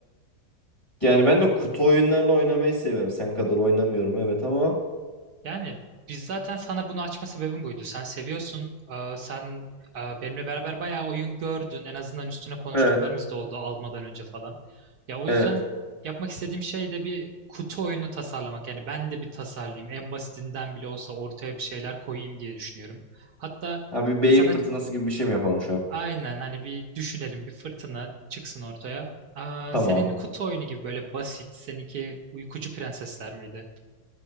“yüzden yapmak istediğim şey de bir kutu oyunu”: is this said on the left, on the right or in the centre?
Right